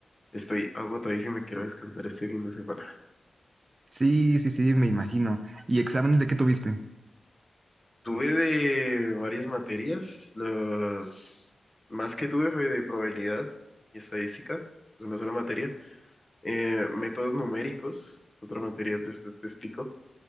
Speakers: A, on the left; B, on the right.
A: Estoy agotadísimo y quiero descansar este fin de semana.
B: sí, sí, sí, me imagino. ¿Y exámenes de qué tuviste?
A: Tuve de varias materias, los más que tuve fue de probabilidad y estadística, es una sola materia. Eh, métodos numéricos, es otra materia, después te explico.